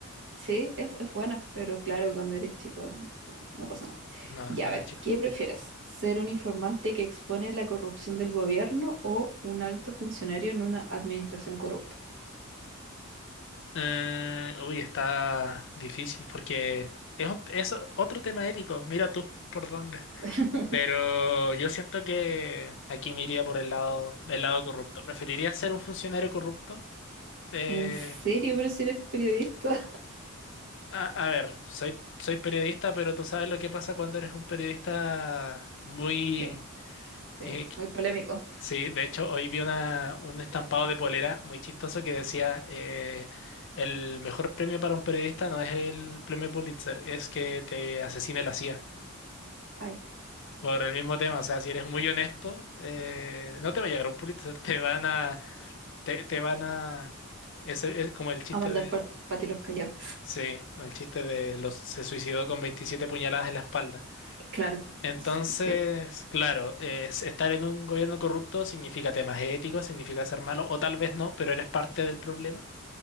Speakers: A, on the right (about 60°); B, on the left (about 60°).
A: Sí, es, es buena, pero claro, cuando eres chico no, no pasa nada.
B: No,
A: Ya,
B: cuando
A: a ver,
B: chico.
A: ¿qué prefieres? ¿Ser un informante que expone la corrupción del gobierno o un alto funcionario en una administración corrupta?
B: Eh, uy, está difícil porque es, un- es otro tema ético, mira tú por dónde.
A: <laughs>
B: Pero yo siento que aquí me iría por el lado del lado corrupto. ¿Preferiría ser un funcionario corrupto? Eh,
A: ¿En serio? ¿Pero si eres periodista?
B: a, a ver, soy, soy periodista, pero tú sabes lo que pasa cuando eres un periodista muy,
A: Sí, sí,
B: eh,
A: muy polémico.
B: Sí, de hecho, hoy vi una, un estampado de polera muy chistoso que decía, eh, el mejor premio para un periodista no es el premio Pulitzer, es que te asesine la CIA.
A: Ay.
B: Por el mismo tema, o sea, si eres muy honesto, eh, no te va a llegar un Pulitzer, <laughs> te van a, te, te van a, es, es como el chiste
A: a mandar
B: de,
A: para ti los callados.
B: sí, el chiste de los, se suicidó con 27 puñaladas en la espalda.
A: Claro,
B: Entonces,
A: as- sí, te
B: claro, es- estar en un gobierno corrupto significa temas éticos, significa ser malo, o tal vez no, pero eres parte del problema.